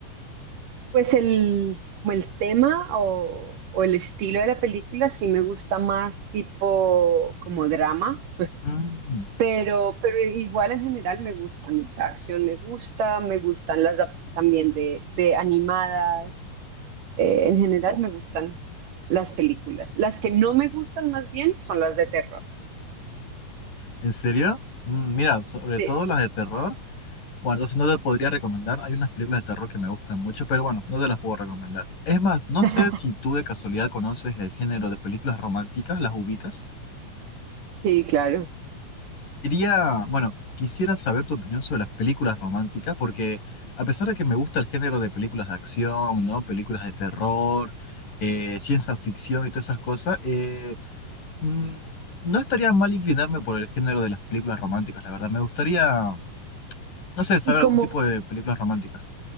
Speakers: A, on the right (about 75°); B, on the left (about 70°).
A: Pues el, como el tema o, o el estilo de la película sí me gusta más tipo como drama,
B: Mm,
A: pero, pero igual en general me gustan, o sea, acción me gusta, me gustan las da- también de, de animadas, eh, en general me gustan las películas. Las que no me gustan más bien son las de terror.
B: ¿en serio? Mm, mira, sobre
A: Sí,
B: todo las de terror. Bueno, entonces no te podría recomendar. Hay unas películas de terror que me gustan mucho, pero bueno, no te las puedo recomendar. Es más, no
A: <laughs>
B: sé si tú de casualidad conoces el género de películas románticas, las ubicas.
A: sí, claro.
B: Quería, bueno, quisiera saber tu opinión sobre las películas románticas, porque a pesar de que me gusta el género de películas de acción, ¿no? Películas de terror, eh, ciencia ficción y todas esas cosas, eh, mm, no estaría mal inclinarme por el género de las películas románticas, la verdad. Me gustaría, no sé, saber
A: Y como,
B: algún tipo de películas románticas.